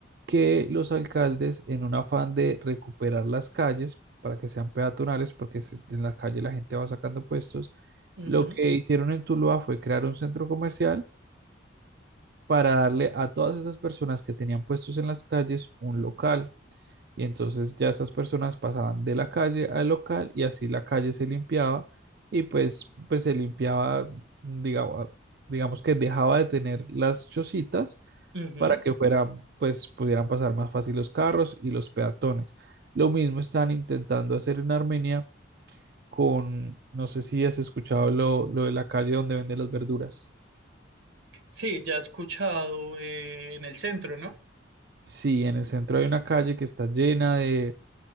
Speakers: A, on the right (about 55°); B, on the right (about 80°).
A: que los alcaldes, en un afán de recuperar las calles para que sean peatonales, porque se- en la calle la gente va sacando puestos,
B: ujú,
A: lo que hicieron en Tuluá fue crear un centro comercial para darle a todas esas personas que tenían puestos en las calles un local. Y entonces ya esas personas pasaban de la calle al local y así la calle se limpiaba y pues, pues se limpiaba, digamos, digamos que dejaba de tener las chocitas
B: ujú.
A: para que fuera, pues pudieran pasar más fácil los carros y los peatones. Lo mismo están intentando hacer en Armenia con, no sé si has escuchado lo, lo de la calle donde venden las verduras.
B: Sí, ya he escuchado eh, en el centro, ¿no?
A: Sí, en el centro hay una calle que está llena de